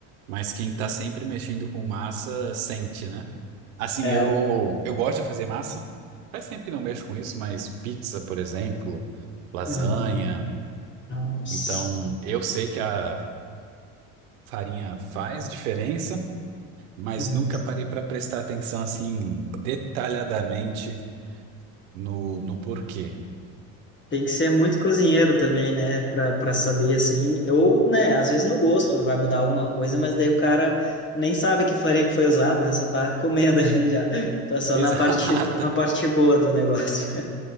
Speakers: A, on the right; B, on the left.
A: mas quem tá sempre mexendo com massa sente, né? Assim,
B: É.
A: eu, eu gosto de fazer massa. Faz tempo que não mexo com isso, mas pizza, por exemplo, lasanha.
B: Uhum. Nossa.
A: Então, eu sei que a farinha faz diferença mas
B: Uhum.
A: nunca parei para prestar atenção assim detalhadamente no, no porquê.
B: Tem que ser muito cozinheiro também, né? Pra, pra saber, assim. Ou, né, às vezes no gosto vai mudar alguma coisa, mas daí o cara nem sabe que farinha que foi usada, né? Só tá comendo <laughs> ali já. Tá só
A: <laughs> Exata.
B: na parte, na parte boa do negócio. <laughs>